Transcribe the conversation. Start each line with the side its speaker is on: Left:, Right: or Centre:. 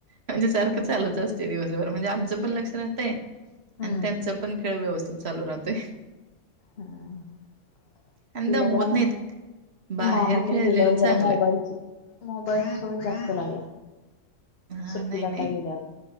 Right: म्हणजे सारख
Left: हम्म,
Right: चालूच असत. ते दिवसभर म्हणजे आमचं पण लक्ष राहतय.
Left: हम्म,
Right: आणि त्यांचा पण खेळ व्यवस्थित चालू राहतय.
Left: हम्म तिला
Right: आणि दम होत
Left: जरा
Right: नाहीत. बाहेर
Left: मामाकडे
Right: खेळलेलं
Left: गेल्यावर
Right: चांगलं
Left: जरा मोबाईलची मोबाईलची सवय जास्त लागल्या.
Right: हा
Left: सुट्टीत
Right: नाही
Left: आता
Right: नाही
Left: गेल्यावर